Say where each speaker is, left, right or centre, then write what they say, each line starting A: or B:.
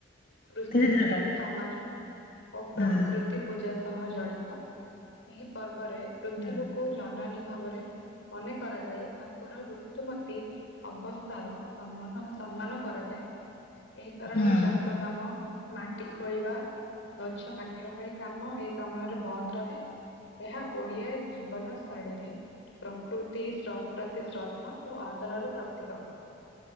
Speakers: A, on the left (about 70°); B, on the left (about 45°).
A: କୃଷି
B: ଧୀରେ
A: ଭିତ୍ତିକ
B: ଧୀରେ କହ
A: ସମାଜ ଓ
B: ହୁଁ।
A: ପ୍ରକୃତି। ପୂଜା ସହ ଜଡ଼ିତ ଏହି ପର୍ବରେ ପୃଥିବୀକୁ
B: ହୁଁ
A: ଜନନୀ ଭାବରେ ମନେ କରାଯାଇ ତାଙ୍କର ଋତୁମତୀ ଅବସ୍ତା ର ସମ୍ମାନ ର ସମ୍ମାନ କରାଯାଏ, ଏହି କାରଣରୁ
B: ହୁଁ
A: ଚାଷୀ ଚାସ କାମ ମାଟି ଖୋଳିବା ଗଛ କାଟିବା ଭଳି କାମ ଏଇ ସମୟରେ ବନ୍ଦ ରହେ। ଏହା ଓଡିଆ ଜୀବନ ଶୈଳୀରେ କୃତି ସପ୍ରତି ଶ୍ରଦ୍ଧା ଓ ଆଦରର ପ୍ରତୀକ।